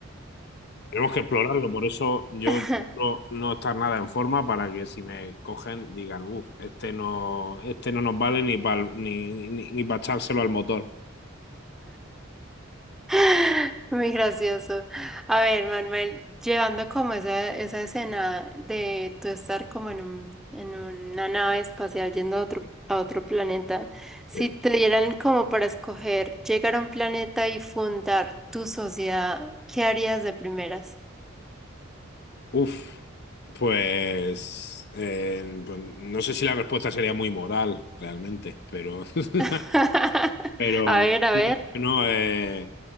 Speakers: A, on the left; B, in the centre.
A: Tenemos que explorarlo, por eso yo
B: <laughs>
A: procuro no estar nada en forma para que si me cogen digan, uff, este no, este no nos vale ni para ni, ni, ni pa echárselo al motor.
B: <laughs> Muy gracioso. A ver, Manuel, llevando como esa, esa escena de tú estar como en un, en una nave espacial yendo a otro, a otro planeta, si
A: Sí.
B: te dieran como para escoger llegar a un planeta y fundar tu sociedad, ¿qué harías de primeras?
A: Uf, Pues, eh, pues no sé si la respuesta sería muy moral realmente, pero, <laughs>
B: <laughs>
A: pero
B: A ver, a ver.
A: sí, no, eh,